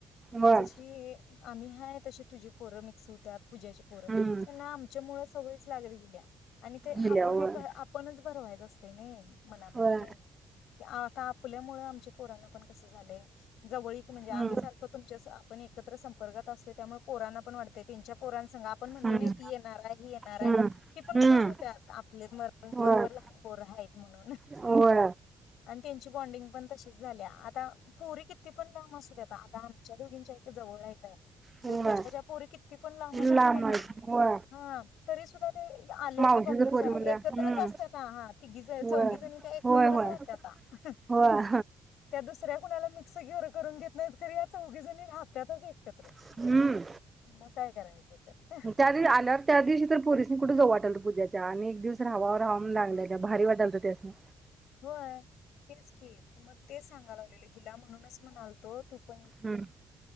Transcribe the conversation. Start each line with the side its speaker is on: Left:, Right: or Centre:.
Left: की
Right: होय
Left: जशी आम्ही हाय तशी तुझी पोर मिक्स हुत्यात पूजाच पोर
Right: हम्म
Left: यांना आमच्या मुळ सवयीचं लागली गेलिया आणि ते आपणच
Right: गेल्या होय
Left: आपणच भरवायच अस तय नी मनामध्ये
Right: होय
Left: पण की आता आपल्यामुळ आमचे पोरांना पण कसं झालंय जवळीक म्हणजे आम्ही
Right: हम्म
Left: सारख तुमच्यास आपण एकत्र समं वर्गात असतयं त्यामुळ पोरांना पण वाटतयं त्यांच्या पोरानं संग आप आपण म्हणतोय
Right: हम्म
Left: नी ती येणार हाय ही येणार हाय
Right: हम्म
Left: ती पण
Right: हम्म
Left: खुश हूत्यात आपलेत
Right: होय.
Left: बरोबर लहान पोर हायत म्हणून
Right: होय
Left: आण त्यांची बॉंडिंग पण तशीच झाल्या आता पोरी किती पण लांब असू द्यात, आता आमच्या दोघींच्या हित जवळ हायत.
Right: होय
Left: तर पूजाच्या पोरी किती पण लांब असू
Right: ला
Left: द्यात आत
Right: मावशी होय
Left: हा तरी सुद्धा ते आल्या
Right: मावशीच
Left: की बघायचं
Right: पोरी म्हणल्या
Left: एकत्रच
Right: हम्म
Left: असत्याता आ हा तिघी ज
Right: होय
Left: चौघी जणी त्या एकत्रच
Right: होय होय
Left: राहत्याता आ
Right: होय
Left: त्या दुसऱ्या कुणाला मिक्स कर करून घेत नाहीत खर या चौघी जणी राहत्याताच एकत्र
Right: हम्म
Left: मग काय करायचं तर
Right: त्या दिवशी आल्यावर त्या दिवशी तर पोरिसणी कुठ जाऊ वाटलत पूज्या आणि एक दिवस
Left: हा
Right: राहावा
Left: मग
Right: राहावा म्हणून लागल भारी वाटालत त्या दिवशी.
Left: होय हेच की मग तेच सांगा लागलेलं हिला म्हणूनच म्हणालतो तू <inaudible>
Right: हम्म